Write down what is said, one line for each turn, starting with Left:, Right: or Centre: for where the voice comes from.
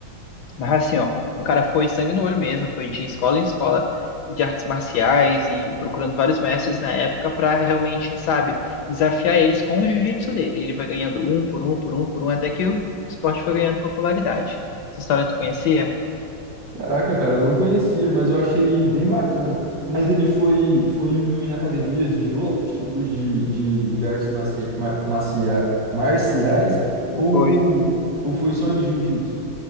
Left: mas assim, ó, o cara foi sangue no olho mesmo, foi de escola em escola de artes marciais e procurando vários mestres na época para realmente, sabe, desafiar eles com o jiu-jitsu dele. Ele vai ganhando um por um, por um, por um, até que o esporte foi ganhando popularidade. Essa história tu conhecia?
Right: Caraca, cara, eu não conhecia, mas eu achei bem bacana. Mas ele foi, foi indo em academias de outros tipos de, de, de artes marcia, mar- marcia- marciais ou,
Left: Foi.
Right: ou foi só em jiu-jitsu?